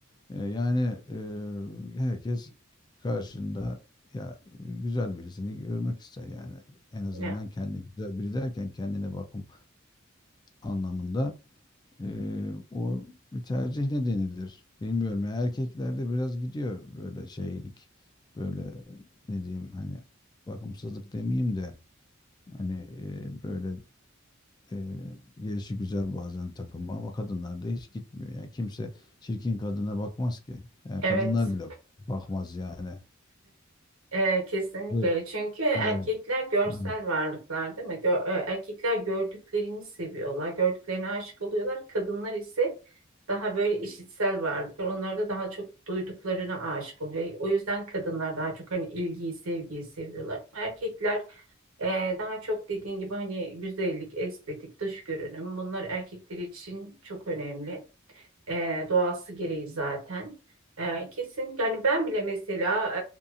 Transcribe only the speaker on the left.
E, yani e, herkes karşında ya güzel birisini görmek ister yani en azından
kendi güzel biri derken kendine bakım anlamında E, o bir tercih nedenidir. Bilmiyorum ya erkeklerde biraz gidiyor böyle şeylik böyle ne diyeyim hani bakımsızlık demeyeyim de hani e, böyle e, gelişi güzel bazen takılma ama kadınlarda hiç gitmiyor. Yani kimse çirkin kadına bakmaz ki. Yani
kadınlar bile bakmaz yani.
Evet.
Evet.
Ha.